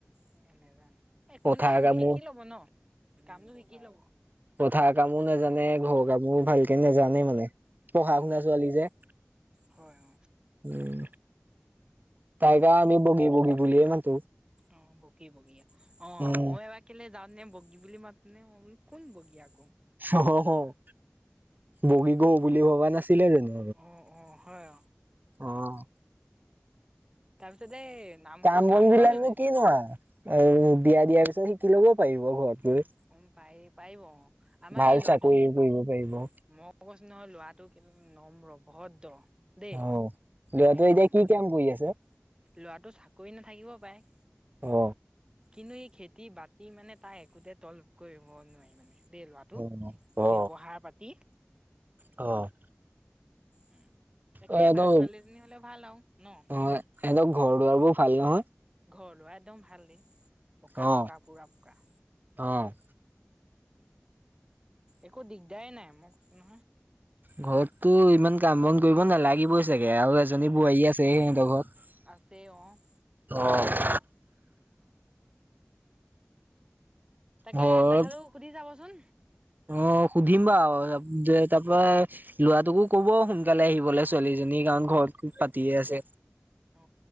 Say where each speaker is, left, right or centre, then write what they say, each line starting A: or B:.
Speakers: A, on the right; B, on the right.
A: অ', নোজানে, একো
B: পথাৰ
A: নাই
B: কামো
A: শিকি লব ন, কামটো শিকি লব।
B: কথা কামো নাজানে, ঘৰৰ কামো ভালকে নোজানে মানে। পঢ়া
A: অ।
B: শুনা ছোৱালী যে।
A: হয় অ
B: উম, তাইকে আমি বগী-বগী বুলিয়ে মাতো।
A: অ', বগি-বগি অ'
B: উম
A: মই এবাৰ কেলে যাওঁ নে বগী বুলি মাতোতে মই বোলো কোন বগী আকৌ?
B: অ', বগী বৌ বুলি ভবা নাছিলে যানো।
A: অ অ হয় অ
B: অ', অ'।
A: তাৰপিছত এই নাম
B: কাম
A: নামঘৰটো
B: বন বিলাক নো
A: যে
B: কি নো আৰু। আৰু বিয়া দিয়াৰ পিছত শিকি ল'ব পাৰিব, ঘৰত গৈ।
A: উম, পাৰি পাৰিব অ', আমাৰ
B: ভাল
A: এই লৰাটো
B: চাকৰি
A: ম
B: কৰিব পাৰিব অ।
A: মই কৈছ নহয় লৰাটো, কিন্ত নম্ৰ, ভদ্ৰ। দেই
B: অ', লৰাতোএ
A: এক নম্বৰতে
B: এতিয়া কি কাম কৰি আছে?
A: লৰাটো চাকৰি নাথাকিব পাৰে।
B: অ
A: কিন্তু, এই খেতি বাতি মানে, তাক একোতে তল কৰিব নোৱাৰি মানে। দে লৰাটো
B: অ অ
A: ব্যৱহাৰ পাতি।
B: অ',।
A: উম, তাকে
B: সিহঁতৰ
A: ভাল ছোৱালীজনী হ'লে ভাল আৰু ন।
B: অ সিহঁতৰ ঘৰ দুৱাৰ বোৰ ভাল নহয়।
A: ঘৰ দোৱাৰ একদম ভাল দেই পকা
B: অ
A: পকা পুৰা পকা।
B: অ',।
A: একো দিগদাৰেই নাই মই কৈছো নহয়।
B: ঘৰততো ইমান কাম বন কৰিব নালাগিবই চাগে আৰু এজনী
A: উম
B: বোৱাৰী আছে সিহঁতৰ ঘৰত।
A: আছে অ
B: অ',।
A: ককায়েকৰ তাকে
B: ঘৰত
A: কথাটো সুধি চাবচোন?
B: অ', সুধিম বাৰু যে তাৰ পা লৰাটোক কব সোনকালে আহিবলৈ, ছোৱালীজনী কাৰণ ঘৰত খুব পাতিয়ে আছে।
A: অ